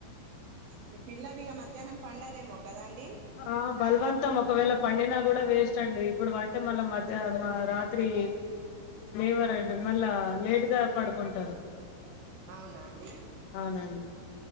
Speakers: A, on the right; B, on the left.
A: మీ పిల్లరిగ మధ్యానం పండరేమో కదండి
B: ఆ బలవంతం ఒకవేళ పండినా కూడా వేస్ట్ అండి ఇప్పుడు పంటే మళ్ళ మజ్జ మా రా త్రి లేవరండి మళ్ళా లేట్ గా పడుకుంటారు
A: అవునా అండి
B: అవునండి